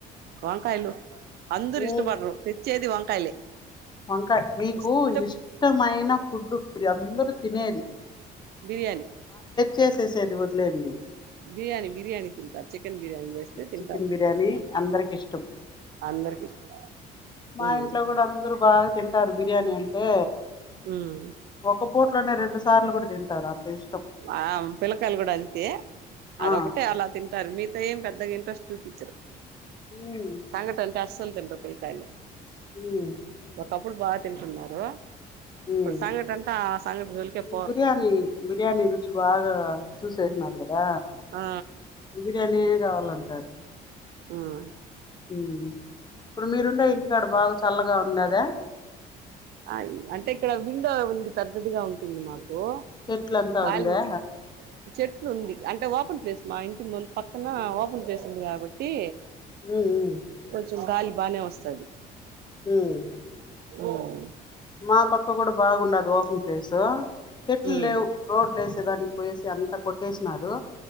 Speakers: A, on the right; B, on the left.
A: వంకాయలు అందరు
B: ఉమ్,
A: ఇష్టపడరు తెచ్చేది వంకాయలే
B: వంకాయ మీకు
A: ఇష్ట
B: ఇష్టమైన ఫుడ్డు మీరు అందరూ తినేది
A: బిర్యానీ
B: చేసేసేది వదిలేయండి
A: బిర్యానీ బిర్యానీ తింటారు చికెన్ బిర్యానీ చేస్తే తింటారు
B: చికెన్ బిర్యానీ అందరికి ఇష్టం
A: అందరికి ఇష్టం
B: మా
A: ఉమ్
B: ఇంట్లో కూడా అందరూ బాగా తింటారు బిర్యానీ అంటే
A: ఉమ్
B: ఒక కోట్ లోనే రెండు సార్లు కూడా తింటారు అంత ఇష్టం
A: ఆ పిల్లకాయలు కూడా అంతే అదొకటే
B: ఆ
A: అలా తింటారు మీతో ఏం పెద్దగా ఏం ఇంట్రెస్ట్ చూపించరు
B: ఉమ్
A: సంగటి అంటే అస్సలు తినరు పిల్లకాయలు
B: అమ్
A: ఒకప్పుడు బాగా తింటున్నారు
B: ఉమ్
A: ఇప్పుడు సంగటి అంటే ఆ సంగటి జోలికే పోరు
B: బిర్యానీ బిర్యానీ రుచి బాగా చూసేసిన్నారు గా
A: ఆ
B: బిర్యానే కావాలంటారు
A: ఉమ్
B: ఉమ్ ఇప్పుడు మీరుండే ఇంటికాడ బాగా చల్లగా ఉండదా
A: ఆ అంటే ఇక్కడ విండో ఉంది పెద్దదిగా ఉంటుంది మాకు ఓ
B: చెట్లంతా
A: గాలి
B: ఉందా
A: చెట్లు ఉంది అంటే ఓపెన్ ప్లేస్ మా ఇంటి పక్కన ఓపెన్ ప్లేస్ ఉంది కాబట్టి
B: ఉమ్ ఉమ్
A: కొంచెం గాలి బాగానే వస్తది
B: అమ్
A: ఓవ్
B: మా పక్క కూడా బాగుండది ఓపెన్ ప్లేసు చెట్లు
A: ఉమ్
B: లేవు రోడ్లు ఏసే దానికి పోయేసి అంతా కొట్టేసినారు.